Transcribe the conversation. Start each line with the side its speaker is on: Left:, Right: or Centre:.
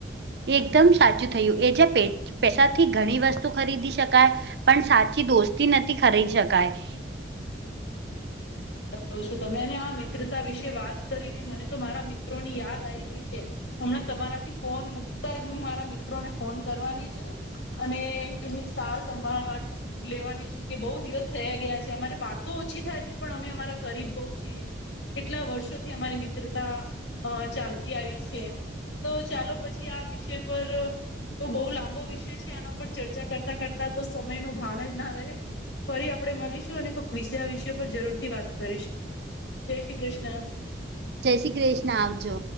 Right: એકદમ સાચું થયું એજ પેટ પેસાથી ઘણી વસ્તુ ખરીદી શકાય, પણ સાચી દોસ્તી નથી ખરી શકાય.
Left: <unintelligible> છું તમે અને આ મિત્રતા વિશે વાત કરીને મને તો મારા મિત્રો ની યાદ આઈ ગઈ છે. હમણા તમારાથી ફોન મુકતા જ હું મારા મિત્રોને ફોન કરવાની છું. અને એની સાર સંભાળ રાખવા લેવાની છું કે બહુ દિવસ થયે ગયા છે અમારે વાતો ઓછી થાય છે પણ અમે અમારા કરીબ બઉ છીએ. કેટલા વર્ષોથી અમારી મિત્રતા અ ચાલતી આવી છે. તો ચાલો પછી આ વિષય પર તો બહુ લાંબો વિષય છે આના પર ચર્ચા કરતા-કરતા તો સમય નું ભાન જ ના રહે. ફરી આપડે મલીશું અને કોક વિષે આ વિષયો પર જરૂર થી વાત કરીશું. જય શ્રી ક્રિષ્ન.
Right: જય શ્રી કૃષ્ણ આવજો.